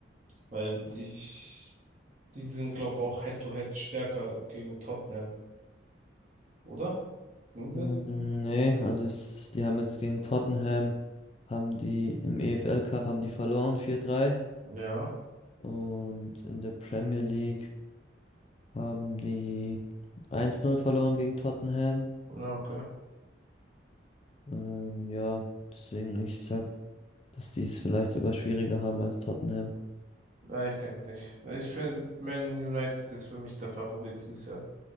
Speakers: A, on the right (about 40°); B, on the left (about 30°).
A: weil ich, die sind, glaube auch Head-to-Head stärker gegen Tottenham, oder? Sind die
B: Mm,
A: das?
B: Nee, also ich, die haben jetzt gegen Tottenham, haben die im EFL Cup haben die verloren 4-3
A: Ja,
B: und in der Premier League haben die 1-0 verloren gegen Tottenham.
A: na okay.
B: Ähm, ja, deswegen ich sag, dass die es vielleicht sogar schwieriger haben als Tottenham. <laughs>
A: Nein, ich denke nicht. Ich finde, Man United ist für mich der Favorit dieses Jahr.